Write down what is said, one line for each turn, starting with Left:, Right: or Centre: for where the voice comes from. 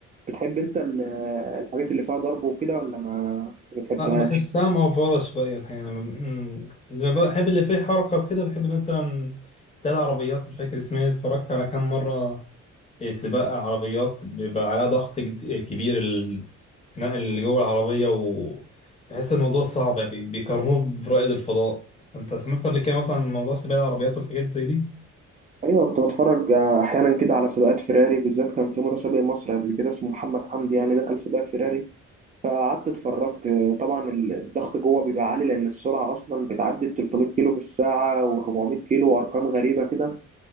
Right: بتحب انت ال- الحاجات اللي فيها ضرب وكده ولا ما بتحبهاش
Left: أه بحسها موفرة شوية الحقيقة أنا م- اللي بحب اللي فيه حركة وكده بحب مثلا بتاع العربيات مش فاكر اسمها اتفرجت على كام مرة سباق عربيات بيبقى عليها ضغط جد- كبير الخناق اللي جوه العربية وبحس الموضوع صعب يعني بي- بيقارنوه برائد الفضاء فأنت سمعت قبل كده مثلا عن موضوع سباق العربيات والحاجات زي دي؟
Right: ايوه كنت بتفرج احيانا كده على سباقات فيراري بالذات كان في متسابق مصري قبل كده اسمه محمد حمدي يعني دخل سباق فيراري فقعدت اتفرجت طبعا الضغط جوه بيبقى عالي لان السرعه اصلا بتعدي ال 300 كيلو في الساعه و400 كيلو وارقام غريبه كده